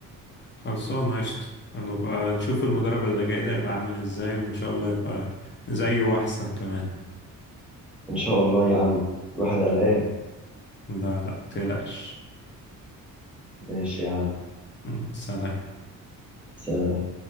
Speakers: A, on the left; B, in the centre.
A: خلصانة قشطة نبقى نشوف المدرب اللي جاي ده يبقى عامل ازاي وإن شاء الله يبقى زيه وأحسن كمان
B: إن شاء الله يا عم الواحد قلقان
A: لا لا متقلقش
B: ماشي يا عم
A: م، سلام
B: سلام